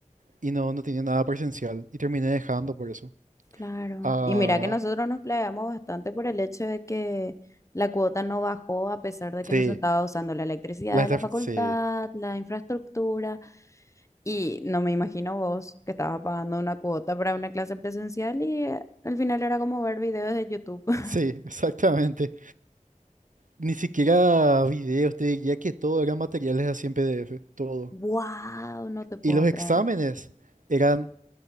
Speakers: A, on the right (about 80°); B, on the left (about 25°).
A: y no, no tenía nada presencial. Y terminé dejando por eso.
B: Claro.
A: Ah,
B: Y mira que nosotros nos playamos bastante por el hecho de que la cuota no bajó a pesar de que
A: sí,
B: nos estaba usando la electricidad
A: la
B: de
A: estafa-
B: la facultad,
A: sí,
B: la infraestructura. Y no me imagino vos que estabas pagando una cuota para una clase presencial y eh, al final era como ver videos de YouTube. <laughs>
A: sí, <laughs> exactamente. Ni siquiera videos, te diría que todo eran materiales así en PDF, todo.
B: ¡Wow! No te puedo
A: Y los
B: creer.
A: exámenes eran